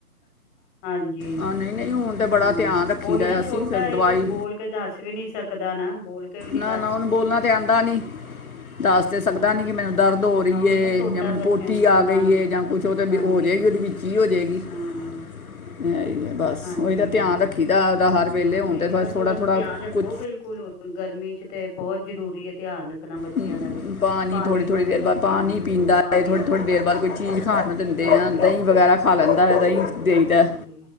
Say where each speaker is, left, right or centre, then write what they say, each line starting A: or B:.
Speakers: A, on the left; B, on the left.
A: <inaudible> ਹਾਂਜੀ <inaudible>
B: ਆ ਨਹੀਂ ਨਹੀਂ ਹੁਣ ਤੇ ਬੜਾ
A: ਹਮ,
B: ਧਿਆਨ ਰੱਖੀਦਾ
A: ਉਹੀ ਨਾ
B: ਆ
A: ਛੋਟਾ
B: ਅਸੀਂ ਫਿਰ
A: ਇਹ
B: ਦਵਾਈ
A: ਕੁਛ ਬੋਲ ਕੇ ਦੱਸ ਵੀ ਨੀ ਸੀ ਸਕਦਾ ਨਾ ਬੋਲ ਕੇ ਵੀ ਨੀ
B: ਨਾ ਨਾ ਉਹਨੂੰ ਬੋਲਣਾ ਤੇ ਆਉਂਦਾ ਨੀ <inaudible> ਦੱਸ ਤੇ ਸਕਦਾ
A: ਉਹੀ
B: ਨੀ ਕਿ ਮੈਨੂੰ ਦਰਦ ਹੋ
A: ਨਾ-
B: ਰਹੀ
A: ਉਹੀ
B: ਏ
A: ਨਾ ਛੋਟਾ
B: ਜਾਂ ਮੈਨੂੰ
A: ਬੱਚਾ
B: ਪੋਟੀ
A: ਉਹਨਾਂ
B: ਆ ਗਈ
A: ਨੂੰ
B: ਏ ਜਾਂ ਕੁਛ ਉਹ ਤਾਂ
A: ਹਾਂਜੀ
B: ਹੋ ਜਾਏਗੀ ਉਹਦੇ ਵਿੱਚ ਕੀ ਹੋ ਜਾਵੇਗੀ
A: ਹਾਂ
B: <inaudible> ਬਸ
A: ਹਾਂਜੀ
B: ਉਹੀ ਤਾਂ
A: ਹਾਂਜੀ
B: ਧਿਆਨ ਰੱਖੀਦਾ ਹਰ ਵੇਲੇ
A: ਹਾਂ ਨਹੀਂ
B: ਹੁਣ ਤਾਂ
A: ਨਹੀਂ ਬਸ
B: ਥੋੜ੍ਹਾ-ਥੋੜ੍ਹਾ
A: ਉਹਦਾ ਧਿਆਨ ਰੱਖੋ
B: ਕੁਛ
A: ਬਿਲਕੁਲ ਗਰਮੀ ਚ ਤੇ ਬਹੁਤ ਜ਼ਰੂਰੀ ਐ ਧਿਆਨ ਰੱਖਣਾ ਬੱਚਿਆਂ
B: ਹਮ
A: ਦਾ ਵੀ
B: ਪਾਣੀ ਥੋੜੀ-ਥੋੜ੍ਹੀ
A: ਵਾਣੀ
B: ਦੇਰ
A: ਦਾ
B: ਬਾਅਦ
A: ਵੀ
B: ਪਾਣੀ
A: ਧਿਆਨ ਰੱਖੋ
B: ਪੀਂਦਾ
A: ਵੀ ਪਾਣੀ
B: ਐ ਥੋੜੀ-ਥੋੜ੍ਹੀ
A: ਵੀ ਪੂ
B: ਦੇਰ ਬਾਅਦ ਕੋਈ ਚੀਜ਼ ਖਾ ਨੂੰ ਦ ਤੇ
A: ਹਾਂਜੀ
B: ਦਹੀਂ ਵਗੈਰਾ ਖਾ ਲੈਂਦਾ ਐ ਦਹੀਂ ਦੇਈਦਾ
A: ਹਾਂਜੀ